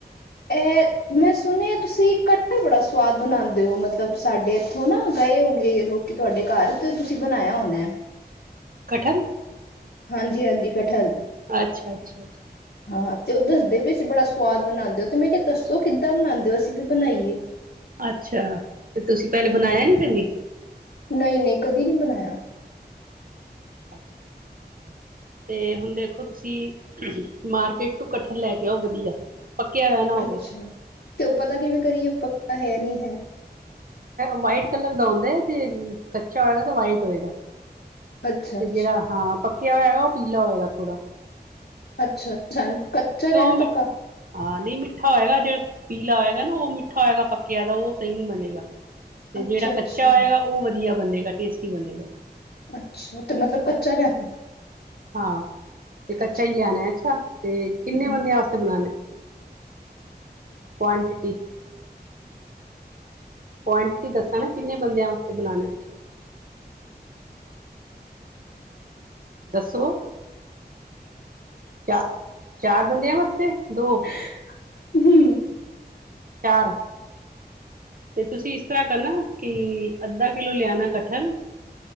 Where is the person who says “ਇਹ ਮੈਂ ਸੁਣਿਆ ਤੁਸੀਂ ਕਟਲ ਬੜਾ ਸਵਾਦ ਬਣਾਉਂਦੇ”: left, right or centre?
Left